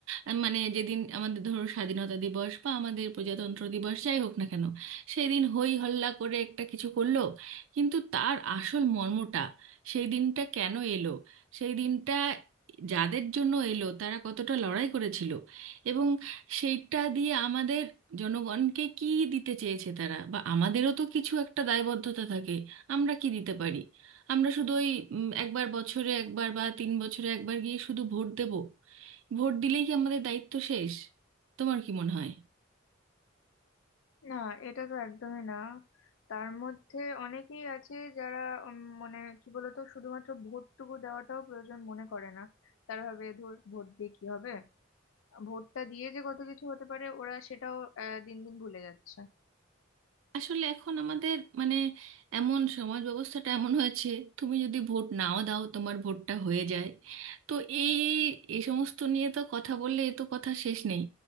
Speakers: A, on the right; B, on the left.
A: আহ, মানে যেদিন আমাদের ধরো স্বাধীনতা দিবস বা আমাদের প্রজাতন্ত্র দিবস যাই হোক না কেন সেই দিন হই হল্লা করে একটা কিছু করলো কিন্তু তার আসল মর্মটা সেই দিনটা কেন এলো সেই দিনটা যাদের জন্য এলো তারা কতটা লড়াই করেছিল এবং সেইটা দিয়ে আমাদের জনগণকে কি দিতে চেয়েছে তারা বা আমাদেরও তো কিছু একটা দায়বদ্ধতা থাকে আমরা কি দিতে পারি আমরা শুধু ওই উম, একবার বছরে একবার বা তিন বছরে একবার গিয়ে শুধু ভোট দেব ভোট দিলেই কি আমাদের দায়িত্ব শেষ তোমার কি মনে হয়
B: না এটা তো একদমই না তার মধ্যে অনেকেই আছে যারা উম, মানে কি বলতো শুধুমাত্র ভোটটুকু দেওয়াটাও প্রয়োজন মনে করে না তারা ভাবে ধর ভোট দিয়ে কি হবে ভোটটা দিয়ে যে কত কিছু হতে পারে ওরা সেটাও আহ, দিন দিন ভুলে যাচ্ছে
A: আসলে এখন আমাদের মানে এমন সমাজ ব্যবস্থাটা এমন হয়েছে তুমি যদি ভোট নাও দাও তোমার ভোটটা হয়ে যায় তো এই এই সমস্ত নিয়ে তো কথা বললে এ তো কথা শেষ নেই